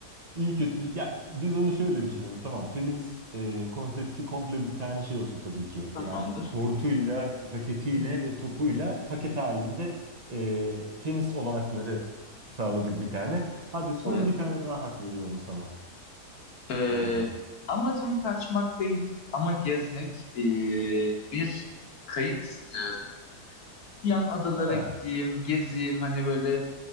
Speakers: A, on the right (about 35°); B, on the left (about 65°).
A: İyi kötü bir... Ya biz onu şöyle düşünelim. Tamam tenis e, konsepti komple bir tane şey olsun tabii ki.
B: Tamamdır.
A: E, Yani kortuyla, raketiyle
B: Hı.
A: ve topuyla paket halinde e, tenis olanakları sağladık bir tane. Hadi son
B: Evet.
A: bir tane daha hak veriyorum sana.
B: Ee,
A: O yüzden.
B: amacım kaçmak değil ama gezmek. Ee, bir kayık istiyorum. Yan adalara
A: Ha,
B: gideyim, gezeyim hani böyle